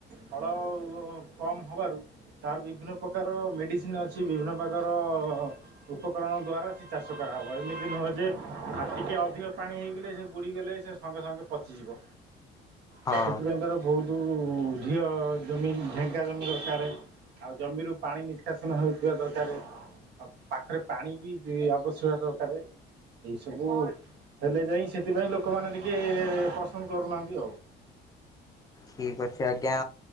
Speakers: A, on the right (about 70°); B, on the left (about 20°).
A: ଫଳ କମ୍ ହେବାରୁ ତାର ବିଭିନ୍ନ ପ୍ରକାର ମେଡ଼ିସିନ ଅଛି ବିଭିନ୍ନ ପ୍ରକାର ଉପକରଣ ଦ୍ୱାରା ଚାଷ କରାହବ ଏଇନେ ଯେ ଟିକିଏ ଅଧିକ ପାଣି ହେଇଗଲେ ସେ ବୁଡ଼ିଗଲେ ସେ ସଙ୍ଗେ ସଙ୍ଗେ ପଚିଯିବ।
B: ହଁ
A: ଆଉ ସେଥିପାଇଁ ତାର ଯେଉ ଢ଼ିଅ ଜମି ଢ଼େଙ୍କା ଜମି ଦରକାର ଆଉ ଜମିରୁ ପାଣି ନିଷ୍କାସନ ହେଉଥିବା ଦରକାର ଆଉ ପାଖରେ ପାଣି ବି ଆବଶ୍ୟକ ଦରକାରେ ଏଇ ସବୁ ହେଲେ ଯାଇ ସେଥିପାଇଁ ଲୋକମାନେ ଟିକେ ପସନ୍ଦ କରୁନାହାନ୍ତି ଆଉ।
B: ଠିକ ଅଛି ଆଜ୍ଞା